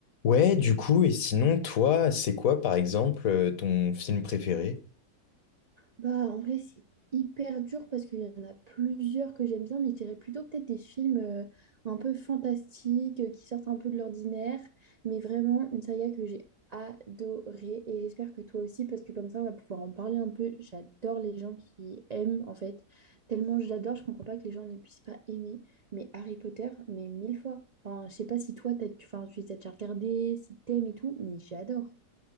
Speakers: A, on the left; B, on the right.
A: Ouais, du coup, et sinon, toi, c'est quoi, par exemple, euh, ton film préféré?
B: Bah, en vrai, c'est hyper dur parce qu'il y en a plusieurs que j'aime bien, mais je dirais plutôt peut-être des films euh, un peu fantastiques, euh, qui sortent un peu de l'ordinaire, mais vraiment une saga que j'ai adorée et j'espère que toi aussi, parce que comme ça, on va pouvoir en parler un peu. J'adore les gens qui aiment, en fait. Tellement j'adore je comprends pas que les gens ne puissent pas aimer, mais Harry Potter, mais mille fois. Enfin, je sais pas si toi, t'as- tu, enfin, tu les as déjà regardés, si t'aimes et tout, mais j'adore.